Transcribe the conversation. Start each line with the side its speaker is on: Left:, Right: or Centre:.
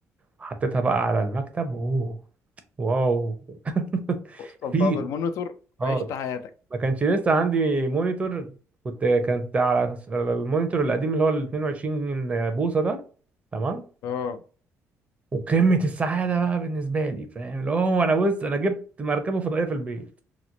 Right: وحطيتها بقى على المكتب اوه واو <laughs>
Left: وصلتها
Right: في
Left: بالمونيتور
Right: اه
Left: وعشت حياتك
Right: ما كانش لسه عندي مونيتور كنت كانت على على المونيتور القديم اللي هو ال 22 بوصه ده تمام
Left: اه
Right: وقمه السعاده بقى بالنسبه لي فاهم اللي هو انا بص انا جبت مركبه فضائيه في البيت